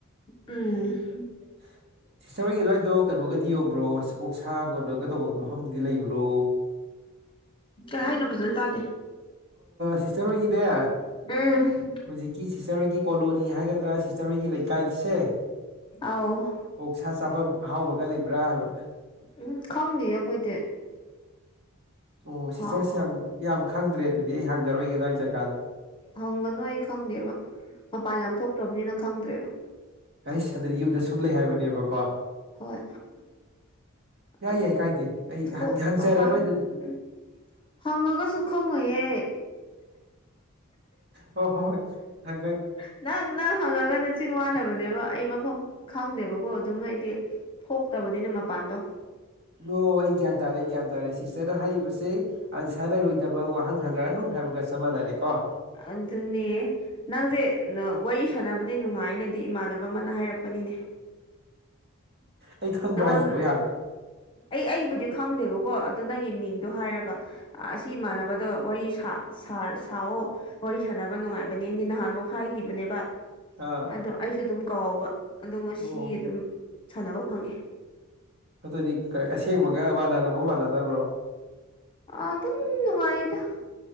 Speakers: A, on the left (about 20°); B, on the right (about 45°).
A: ꯎꯝ
B: <inaudible> ꯁꯤꯁꯇꯔ ꯍꯣꯏꯒꯤ ꯑꯗꯨꯋꯥꯏꯗꯣ ꯀꯩꯅꯣꯒꯗꯤ ꯌꯣꯟꯕ꯭ꯔꯣ ꯑꯣꯛꯁꯥꯒꯣꯟꯅꯒ ꯇꯧꯕ ꯃꯐꯝꯗꯨꯗꯤ ꯂꯩꯕ꯭ꯔꯣ
A: ꯀꯩꯥꯏꯅꯣ ꯐꯖꯅ ꯇꯥꯗꯦ
B: ꯁꯤꯁꯇꯔ ꯑꯣꯏꯈꯤꯅꯦ
A: ꯎꯝ
B: ꯍꯧꯖꯤꯛꯀꯤ ꯁꯤꯁꯇꯔꯣꯏꯒꯤ ꯀꯣꯂꯣꯅꯤ ꯍꯥꯏꯒꯗ꯭ꯔꯥ ꯁꯤꯁꯇꯔꯣꯏꯒꯤ ꯂꯩꯀꯥꯏꯁꯦ
A: ꯑꯧ
B: ꯑꯣꯛ ꯁꯥ ꯆꯥꯐꯝ ꯑꯍꯥꯎꯕꯒ ꯂꯩꯕ꯭ꯔꯥ ꯍꯥꯏꯕ
A: ꯎꯝ ꯈꯪꯗꯦ ꯑꯩꯈꯣꯏꯗꯤ
B: ꯑꯣ
A: ꯍꯥꯎ
B: ꯁꯤꯁꯇꯔꯁꯦ ꯌꯥꯝ ꯈꯪꯗ꯭ꯔꯦ ꯑꯗꯨꯗꯤ ꯑꯩ ꯍꯪꯖꯔꯣꯏꯏꯒꯗꯣ ꯍꯥꯏꯖꯒꯦ
A: ꯍꯪꯒꯅꯨ ꯑꯩ ꯈꯪꯗꯦꯕ ꯃꯄꯥꯟ ꯌꯥꯝ ꯊꯣꯛꯇ꯭ꯔꯕꯅꯤꯅ ꯈꯪꯗ꯭ꯔꯦꯕ
B: ꯑꯩ ꯁꯗꯗꯤ ꯌꯨꯝꯗ ꯁꯨꯝ ꯂꯩ ꯍꯥꯏꯕꯅꯦꯕꯀꯣ
A: ꯍꯣꯏ
B: ꯌꯥꯏ
A: ꯑꯩꯗꯤ
B: ꯌꯥꯏ ꯀꯥꯏꯗꯦ ꯑꯩ
A: ꯊꯣꯛ
B: ꯍꯪꯖꯔꯔꯣꯏ
A: ꯃꯄꯥꯟ
B: ꯑꯗꯨꯗꯤ
A: ꯎꯝ ꯍꯪꯉꯒꯁꯨ ꯈꯪꯉꯣꯍꯦ
B: ꯑꯣ ꯍꯣ ꯍꯣꯏꯒ
A: ꯅꯪ ꯅꯪ ꯍꯪꯉꯒ ꯅꯆꯤꯟ ꯋꯥꯅꯕꯅꯦꯕ ꯑꯩ ꯃꯐꯝ ꯈꯪꯗꯦꯕꯀꯣ ꯑꯗꯨꯝ ꯍꯥꯏꯗꯤ ꯊꯣꯛꯇꯕꯅꯤꯅ ꯃꯄꯥꯟꯗꯣ
B: ꯅ ꯑꯩ ꯒ꯭ꯌꯥꯟ ꯇꯥꯔꯦ ꯒ꯭ꯌꯥꯟ ꯇꯥꯔꯛꯦ ꯁꯤꯁꯇꯔꯅ ꯍꯥꯏꯔꯤꯕꯁꯦ ꯑꯟꯁꯔ ꯂꯩꯔꯣꯏꯗꯕ ꯋꯥ ꯍꯪ ꯍꯪꯉꯛꯑꯅꯨ ꯍꯥꯏꯕꯒ ꯆ ꯃꯥꯟꯅꯔꯦ ꯀꯣ
A: ꯑꯗꯨꯅꯦ ꯅꯪꯁꯦ ꯋꯥꯔꯤ ꯁꯥꯟꯅꯕꯗꯤ ꯅꯨꯡꯉꯥꯏꯅꯗꯤ ꯏꯃꯥꯟꯅꯕ ꯑꯃꯅ ꯍꯥꯏꯔꯛꯄꯅꯤꯅꯦ
B: ꯑꯩ ꯈꯪꯕ꯭ꯔꯥ
A: ꯅꯪꯉꯣꯟꯗ
B: ꯍꯥꯏꯁꯤꯕꯣ ꯍꯥꯟꯅ
A: ꯑꯩ ꯑꯩꯕꯨꯗꯤ ꯈꯪꯗꯦꯕꯀꯣ ꯑꯗꯨ ꯅꯪꯒꯤ ꯃꯤꯡꯗꯣ ꯍꯥꯏꯔꯒ ꯑꯁꯤ ꯏꯃꯥꯟꯅꯕꯗ ꯋꯥꯔꯤ ꯁꯥꯑꯣ ꯋꯥꯔꯤ ꯁꯥꯟꯅꯕ ꯅꯨꯡꯉꯥꯏꯕꯅꯦꯗꯤ ꯅꯍꯥꯟꯃꯨꯛ ꯍꯥꯏꯈꯤꯕꯅꯦꯕ
B: ꯑꯥ
A: ꯑꯣ ꯑꯩꯁꯨ ꯑꯗꯨꯝ ꯀꯥꯎꯕ ꯑꯗꯣ ꯉꯁꯤ
B: ꯑꯣ
A: ꯑꯗꯨꯝ ꯁꯥꯟꯅꯕ ꯐꯪꯉꯦ
B: ꯑꯗꯨꯗꯤ ꯑꯁꯦꯡꯕꯒ ꯃꯥꯟꯅꯔꯕ ꯃꯥꯟꯅꯗꯕ꯭ꯔꯣ
A: ꯑꯗꯨꯝ ꯅꯨꯡꯉꯥꯏꯗ